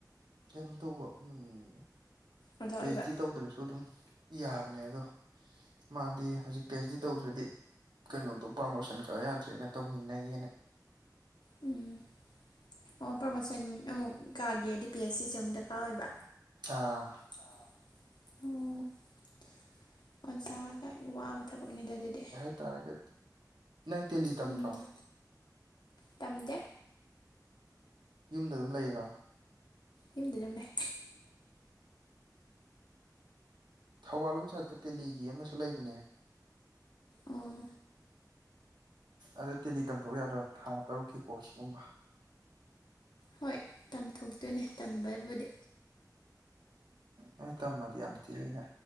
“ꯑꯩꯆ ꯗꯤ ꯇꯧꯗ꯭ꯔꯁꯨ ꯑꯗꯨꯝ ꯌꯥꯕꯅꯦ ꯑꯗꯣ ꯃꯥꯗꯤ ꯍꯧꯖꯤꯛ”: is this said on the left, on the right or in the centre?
Right